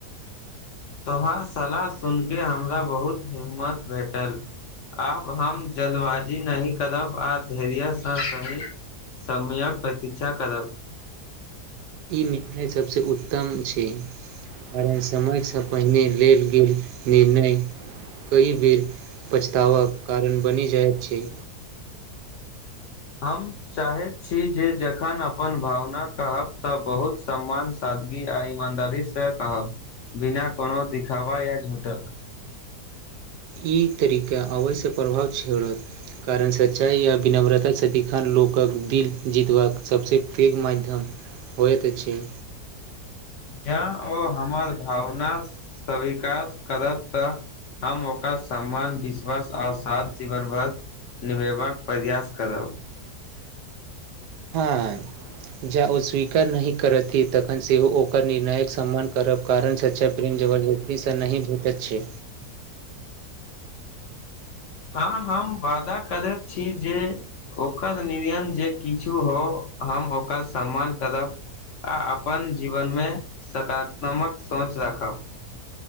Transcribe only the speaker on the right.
ई निर्णय सभसँ उत्तम छै कारण समयसँ पहिने लेल गेल निर्णय कई बेर पछताबा क कारण बनि जाइत छै
ई तरीका आबैसँ प्रभाव छिड़त कारण सच्चाइ आ विनम्रता सदिखन लोकक दिल जीतबाक सभसँ पैघ माध्यम होइत छै
हँ जाँ ओ स्वीकार नहि करथि तखन सेहो ओकर निर्णायक सम्मान करब कारण सच्चा प्रेम जबरदस्तीसँ नहि भेटैत छै